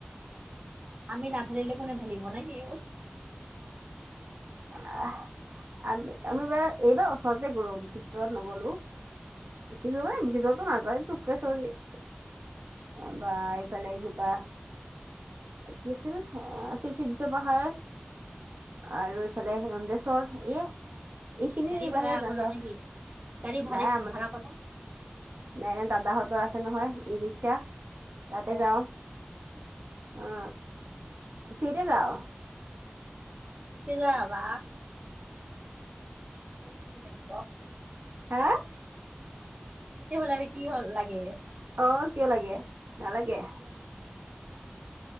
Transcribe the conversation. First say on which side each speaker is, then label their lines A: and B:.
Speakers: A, on the right; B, on the right.
A: আমি নাঢালিলে কোনে ঢালিব নে কি।
B: আহ আমি আমি, এইবাৰ ওচৰতে গ'লো বেছি দূৰত নগলো। বেছি বেছি দূৰত নাযায় এই তোকেশৰী এইবা এইফালে কিবা কি আছিল? শ্ৰীচূৰ্য পাহাৰ আৰু এইফালে ৰমেশ্বৰ ইয়ে এইখিনি
A: গাড়ী ভাড়া
B: বাহিৰত নাযাওঁ
A: কৰা নেকি গাড়ী ভাড়
B: নাই আমাৰ
A: ভাড়া কৰা
B: নাই নাই দাদাহঁতৰ আছে নহয় ই ৰিক্সা তাতে
A: অ
B: যাও। অ ফ্ৰিতে যাও।
A: ফ্ৰীতে যাও বা। কি লাগে?
B: হা?
A: ফ্ৰিতে হ'লে আৰু কি হ লাগে।
B: অ কিয় লাগে, নালাগে।
A: <unintelligible>